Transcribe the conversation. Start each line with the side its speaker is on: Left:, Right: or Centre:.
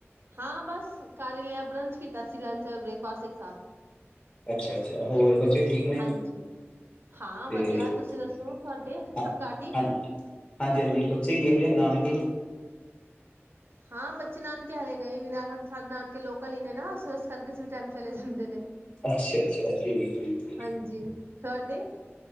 Right: ਹਾਂ ਬਸ ਕਰਲਿਆ ਬਰੰਚ ਕੀਤਾਸੁ ਲੰਚ ਬ੍ਰੇਕਫਾਸਟ ਏਕ ਸਾਥ
Left: ਅੱਛਾ-ਅੱਛਾ, ਹੋਰ ਬੱਚੇ ਠੀਕ ਨੇ
Right: ਹਾਂਜੀ ਹਾਂ
Left: ਤੇ
Right: ਵਧੀਆ
Left: ਹ
Right: ਤੁਸੀਂ ਦੱਸੋ ਤੁਹਾਡੇ ਸਭ ਘਰ ਠੀਕ
Left: ਹਾਂ ਹਾਂਜੀ ਹਾਂਜੀ ਬੱਚੇ ਗੇ ਗਏ ਨਾਨਕੇ,
Right: ਹਾਂ ਬੱਚੇ ਨਾਨਕੇ ਹਰੇ ਗਏ ਨੇ ਸਾਡੇ ਨਾਨਕੇ ਲੋਕਲ ਹੀ ਨੇ ਨਾ ਸ ਕਰਕੇ ਕਿਸੇ ਵੀ ਟਾਈਮ ਚਲੇ ਜਾਂਦੇ ਨੇ।
Left: ਅੱਛਾ-ਅੱਛਾ ਜੀ ਤੇ
Right: ਹਾਂਜੀ ਤੁਹਾਡੇ